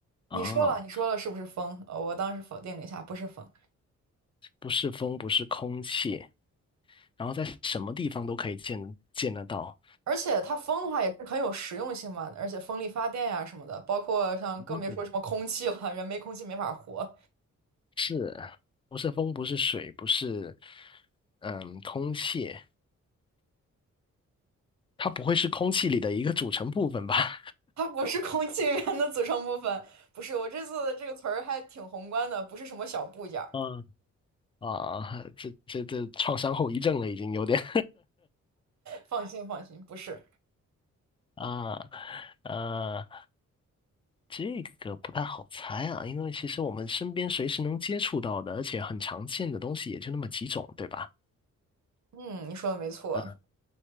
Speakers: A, on the left; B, on the right.
A: 啊。
B: 你说了，你说了是不是风？呃，我当时否定了一下，不是风。
A: 不是风，不是空气，然后在什么地方都可以见见得到。
B: 而且它风的话也是很有实用性嘛，而且风力发电呀、什么的，包括像更别说什么空气了，
A: 嗯
B: 人没空气没法活。
A: 是，不是风，不是水，不是嗯空气，它不会是空气里的一个组成部分吧？
B: 它不是空气源的组成部分，不是。我这次的这个词儿还挺宏观的，不是什么小部件儿。
A: 嗯，<laughs> 啊，这这这创伤后遗症了，已经有点
B: 放心，放心，不是。
A: <laughs> 啊呃，这个不太好猜啊，因为其实我们身边随时能接触到的，而且很常见的东西也就那么几种，对吧？
B: 嗯，你说的没错，
A: 嗯，